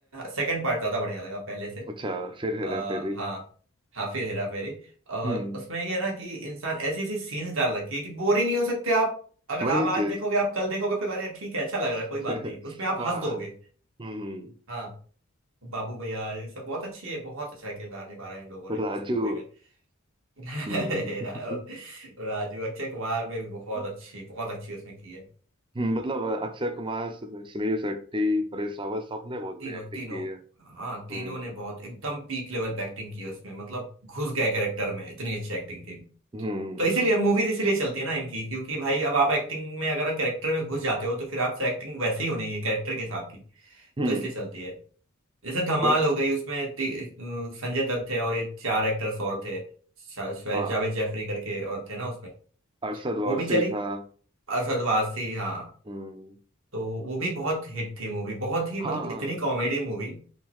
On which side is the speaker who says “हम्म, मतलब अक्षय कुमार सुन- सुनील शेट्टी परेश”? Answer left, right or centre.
Right